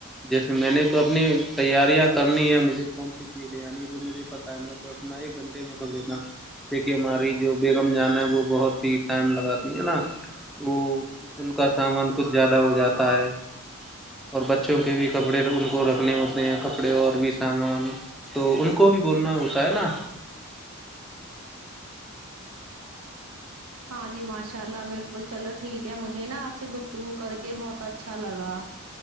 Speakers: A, in the centre; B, on the right.
A: جیسے میں نے تو اپنی تیاریاں کرنی ہے مجھے کون سی چیل عنی وہ مجھے پتا ہے میں تو اپنا ایک گھنٹے میں کر لیتا ہوں کہہ ہماری جو بیگم جان ہے وہ بہت ٹائم لگاتی ہے نا وہ ان کا سامان کچھ زیادہ ہو جاتا ہے اور بچوں کے بھی کپڑے ان کو رکھنے ہوتے ہیں کپڑے اور بھی سامان تو ان کو بھی بولنا ہوتا ہے نا
B: ہاں جی ماشاء اللہ بالکل چلو ٹھیک ہے مجھے نا آپ سے گفتگو کر کے بہت اچھا لگا